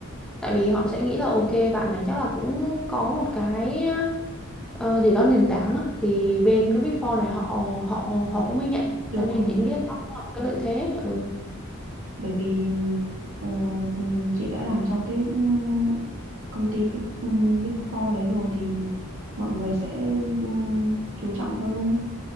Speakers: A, in the centre; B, on the right (about 70°).
A: tại vì họ sẽ nghĩ là ok bạn này chắc là cũng có một cái ờ, gì đó nền tảng á, thì bên cái Big Four này họ họ họ cũng mới nhận
B: đúng
A: cho nên
B: không
A: chị nghĩ đó cũng là một cái lợi thế ừ.
B: bởi vì ờ, ừm, chị đã làm trong cái ừm, công ty big ừm, big four đấy rồi thì mọi người sẽ ừm, chú trọng hơn